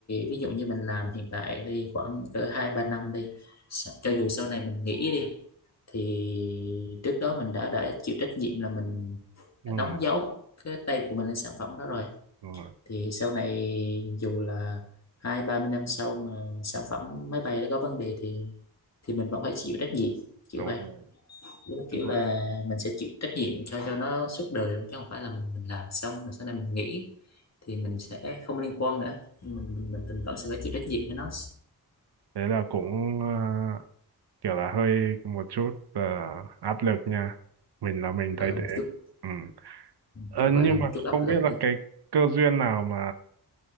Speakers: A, on the left; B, on the right.
A: ví dụ như mình làm hiện tại đi khoảng cỡ hai ba năm đi Sa- cho dù sau này mình nghỉ đi thì trước đó mình đã đã chịu trách nhiệm là mình
B: ừ,
A: đã đóng dấu cái tay của mình lên sản phẩm đó rồi
B: đúng rồi,
A: thì sau này dù là hai ba mươi năm sau mà sản phẩm máy bay nó có vấn đề thì thì mình vẫn phải chịu trách nhiệm kiểu
B: đúng
A: vậy
B: rồi.
A: Tức là kiểu
B: Tức là,
A: là mình sẽ chịu trách nhiệm cho cho nó suốt đời luôn, chứ không phải là mình mình làm xong rồi sau này mình nghỉ thì mình sẽ không liên quan nữa Nhưng mình mình mình, mình vẫn sẽ phải chịu trách nhiệm cho nó
B: thế là cũng à, kiểu là hơi một chút à, áp lực nha mình là mình
A: gọi
B: thấy
A: là
B: thế
A: một chút
B: ừ. Ờ,
A: cũng gọi
B: nhưng
A: là một
B: mà
A: chút áp
B: không
A: lực
B: biết là
A: đi
B: cái cơ duyên nào mà